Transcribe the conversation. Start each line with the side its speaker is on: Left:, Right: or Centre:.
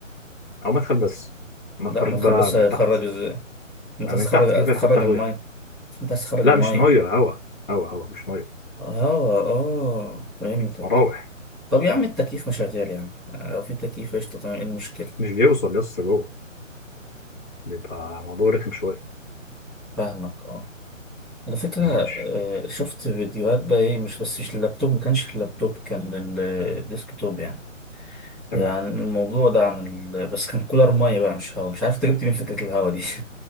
Left: او مدخل بس نخرج
Centre: لا مدخل
Left: بقى
Centre: بس
Left: من
Centre: هيخرج
Left: تحت
Centre: ازاي ما أنت
Left: ما
Centre: عايز
Left: من
Centre: تخرج
Left: تحت في بقى
Centre: تخرج
Left: حتى هواء
Centre: الماية أنت عايز تخرج
Left: لا
Centre: الماية
Left: مش ميه هوا هوا هوا مش ميه
Centre: اه اه فهمتك
Left: مراوح
Centre: طب يا عم التكييف مشغل يعني لو في تكييف قشطة تمام ايه المشكلة
Left: مش بيوصل يا اسطى جوه بيبقى الموضوع رخم شويه
Centre: فاهمك اه على فكرة
Left: ماشي
Centre: آه، شفت فيديوهات بقى ايه مش بس مش اللابتوب ما كانش اللابتوب كان ال- الديسكتوب يعني
Left: تمام
Centre: آه، عن الموضوع ده عن ال... <laughs> بس كان كولر مية بقى مش هوا مش عارف انت جبت من فكرة الهوا دي